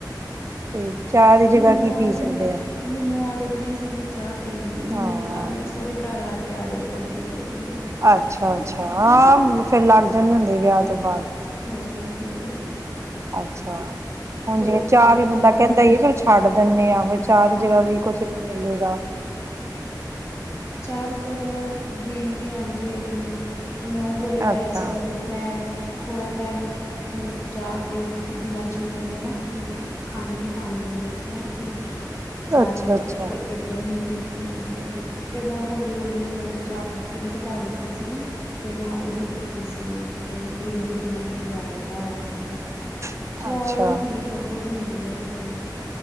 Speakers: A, on the right (about 40°); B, on the left (about 35°).
A: ਤੇ ਚਾਹ ਦੀ ਜਗ੍ਹਾ
B: ਮੈਨੂੰ
A: ਕੀ ਪੀ
B: ਆ
A: ਸਕਦੇ
B: ਮੈਨੂੰ
A: ਆ
B: ਮੈਨੂੰ ਆ <unintelligible> ਦੀ ਮੈਨੂੰ
A: ਹਾਂ
B: ਆਪਣੇ ਸਹੁਰੇ ਘਰ ਆ ਕੇ ਕੇ ਆਦਤ ਲੱਗੀ ਹੈਗੀ ਹੈ।
A: ਅੱਛਾ ਅੱਛਾ ਹਾਂ ਫਿਰ ਲੱਗ ਜਾਂਦੇ ਹੁੰ ਆ ਵਿਆਹ ਤੋਂ ਬਾਅਦ
B: ਹੋਰ ਹੋਰ -
A: ਅਛਾ ਹੁਣ ਜਿਵੇਂ
B: ਉਹ
A: ਚਾਹ ਵੀ
B: ਦੀ
A: ਬੰਦਾ
B: ਜਗ੍ਹਾ
A: ਕਹਿਦਾ
B: ਨਾ
A: ਹੈ। ਚਲ ਛਡ <unintelligible> ਚਾਦੀ
B: ਹਾਂ
A: ਜਗ੍ਹਾ ਵੀ ਕੁਝ ਮਿਲੇਗਾ।
B: ਚਾਹ ਦੀ ਜਗ੍ਹਾ ਗ੍ਰੀਨ ਟੀ ਆਉਦੀ ਹੈਗੀ ਹੈ। ਉਹਨੇ ਉਹ ਬੋਲਿਆ ਹੋਇਆ
A: ਅੱਛਾ
B: ਸੀਗਾ ਬਟ ਮੈ ਥੋੜਾ ਟਾਈਮ ਮਤਲਬ ਚਾਹ ਬਿਨਾ ਚੀਨੀ ਤੋ ਨਾ ਖੰਡ ਨੀ ਪਾਣੀ ਉਹਦੇ ਵਿਚ ਨਾ ਚੀਨੀ ਚਾਹ
A: ਅੱਛਾ-ਅੱਛਾ,
B: ਦੇ ਵਿਚ ਤੇ ਏਦਾ ਹੀ ਪੀ ਤੀ ਹੈਗੀ ਹੈ। ਫੇਰ ਮੈਂ ਹੌਲੀ- ਹੌਲੀ ਮਤਲਬ ਚਾਹ ਪੂਰੀ ਘਟਾ ਦਿਤੀ ਸੀਗੀ। ਅਤੇ ਮੈ ਉਹਦੀ ਪਿਤੀ ਸੀ। ਕੀ ਕਹਿਦੇ ਗ੍ਰੀਨ ਟੀ ਪੀਣਾ ਸ਼ੁਰੂ ਕਰ ਦਿਤਾ ਹੋਇਆ ਸੀਗਾ।
A: ਅੱਛਾ-ਅੱਛਾ
B: ਸਵਾਦ ਨੲਈ ਹੁੰਦੀ ਬਕਬੱਕੀ ਹੁੰਦੀ ਦੀ ਹੈਗੀ ਬੜੀ